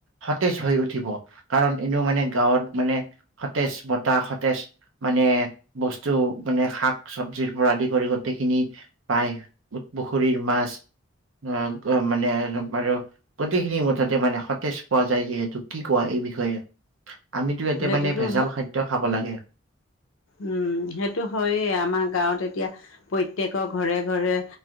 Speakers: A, on the right; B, on the left.
A: সতেজ হৈ উঠিব কাৰণ এনেও মানে গাঁৱত মানে সতেজ বতাহ সতেজ মানে বস্তু মানে শাক চব্জি পৰা আদি কৰি গোটেইখিনি পাই পুখুৰীৰ মাছ আহ মানে আৰু গোটেইখিনি মুঠতে মানে সতেজ পোৱা যায় যে যিহেতু কি কোৱা এই বিষয়ে? আমিতো এতিয়া
B: সেইটোতো
A: মানে ভেজাল খাদ্য খাব লাগে।
B: উম সেইটো হৈয়েই আমাৰ গাঁৱত এতিয়া প্ৰত্যকৰে ঘৰে ঘৰে